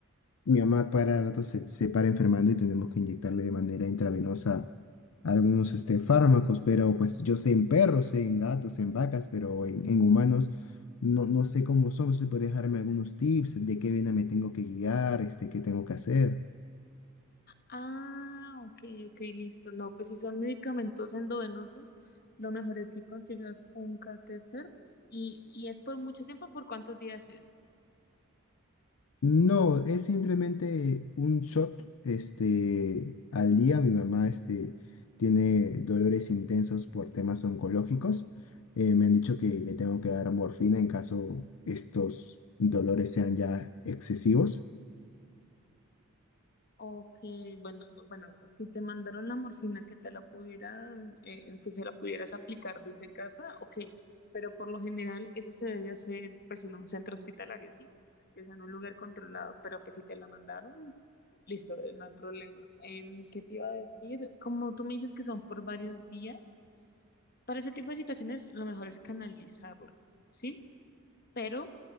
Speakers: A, on the left; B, on the left.
A: Mi mamá para rato se, se para enfermando y tenemos que inyectarle de manera intravenosa algunos este, fármacos, pero pues yo sé en perros, sé en gatos, en vacas, pero en, en humanos no, no sé cómo son, no sé si podría dejarme algunos tips de qué vena me tengo que guiar, este, qué tengo que hacer.
B: Ah, ok, ok, listo. No, pues si son medicamentos endovenosos, lo mejor es que consigas un catéter y, y es por mucho tiempo, ¿por cuántos días es?
A: No, es simplemente un shot, este, al día. Mi mamá, este, tiene dolores intensos por temas oncológicos. Eh, me han dicho que le tengo que dar morfina en caso estos dolores sean ya excesivos.
B: Ok, bueno, t- bueno, si te mandaron la morfina que te la pudieran, eh, en que se la pudieras aplicar desde casa, ok, pero por lo general eso se debe hacer pues en un centro hospitalario, ¿sí? Que sea en un lugar controlado, pero pues si te la mandaron, listo, eh, no hay problema. Em, ¿qué te iba a decir? Como tú me dices que son por varios días, para ese tipo de situaciones lo mejor es canalizarla, ¿sí? Pero